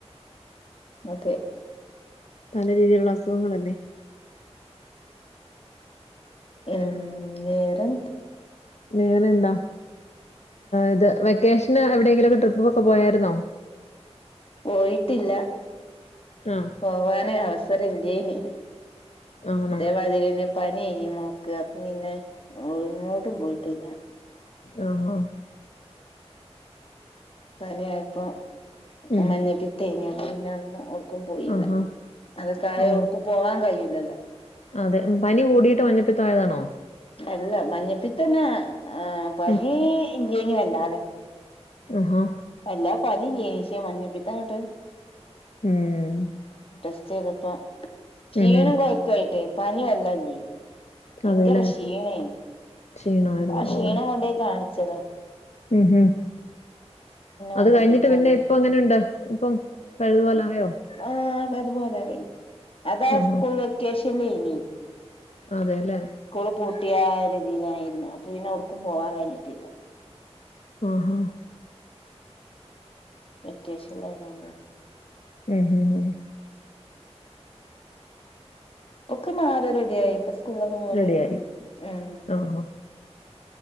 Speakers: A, on the left; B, on the left.
A: അതെ
B: ല്ല രീതിയിലുള്ള അസുഖങ്ങളല്ലെ.
A: ഉം വേറെ
B: വേറെ എന്താ. ഇത് വെക്കേഷന് എവിടെങ്കിലൊക്കെ ട്രിപ്പകളൊക്കെ പോയരുന്നോ
A: പോയിട്ടില്ല
B: ആഹ്
A: പോവാൻ അവസരം ഇല്ലേനി
B: ആണോ
A: ഇതേമാതിര്യന്നെ പനി ഏനി ഞ് മോക്ക് അപ്പ പിന്നെ എങ്ങോട്ടും പോയിട്ട്ന്നെ
B: ആ ഒഹ്
A: പനി ആയപ്പം
B: ഉം
A: മഞ്ഞപ്പിത്തേ നി തേങ്ങപ്പി പിന്ന ഒ ക്കും പോയില്ല.
B: ആഹാ
A: അതൊക്കെയ
B: ഓ
A: ഒടുക്കും പോവാൻ കഴിൂല്ലല്ലോ.
B: അതെ പനി കൂടിയിട്ട് മഞ്ഞപ്പിത്ത ആയതാണോ
A: അല്ല മഞ്ഞപ്പിത്തന്നെ ആ പനി
B: ഉം
A: ഇല്ലേനി അല്ലാതെ
B: ആഹാ
A: അല്ലാ പനി ഇല്ലേനിശ്യ മഞ്ഞ പിത്തായോണ്ട്ത് അങ്ങട്ട്
B: ഉം
A: ടെസ്റ്റ് ചെയ്തപ്പ ക്ഷീണം
B: ഉം ഉം
A: കൊഴക്കായിട്ടേ പനി വർല്ലട്ങ്ങിന് ഭയങ്കര
B: അതെല്ലേ
A: ക്ഷീണേന്.
B: ക്ഷീണമായിരുന്നു
A: ആ ക്ഷീണം
B: ഓ
A: കൊണ്ടയി കാണിച്ചത
B: ഉം ഉം അത്
A: മഞ്ഞപ്പിത്താണ്
B: കഴിഞ്ഞിട്ട് പിന്നെ ഇപ്പൊ അങ്ങനെ. ണ്ട് ഇപ്പം പഴുതുപോലെ ആയോ
A: ആഹ് അതുപോലെ ആയി അതാ
B: ആഹാ
A: സ്കൂൾ വെക്കേഷല്ലനിലേ നി.
B: അതേല്ലേ
A: സ്കൂള് പൂട്ടിയ രീതിയിലായിരുന്നു. അപ്പൊ പിന്നെ ഒട്. ക്കും പോവാൻ കഴിഞ്ഞിട്ടില്ല
B: ആഹാ
A: വെക്കേശല്ല ഏതാതണ്ട്
B: ഉം ഉം
A: ഒക്കെ മാല റെഡിയായി. ഇപ്പ സ്കൂളൊക്കെ പോവലെടുത്തി
B: റെഡിയായി
A: ഉം
B: ആഹാ